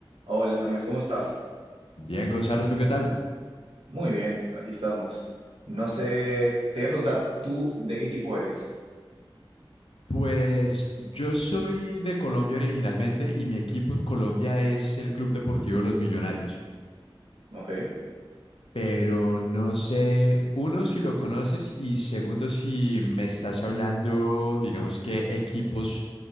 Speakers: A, on the right; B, on the left.
A: Hola Manuel, ¿cómo estás?
B: Bien, Gonzalo, ¿tú qué tal?
A: Muy bien, aquí estamos. No sé, te voy a preguntar, ¿tú de qué equipo eres?
B: Pues yo soy de Colombia originalmente y mi equipo en Colombia es el Club Deportivo Los Millonarios.
A: Ok,
B: Pero no sé, uno, si lo conoces y segundo, si me estás hablando, digamos que equipos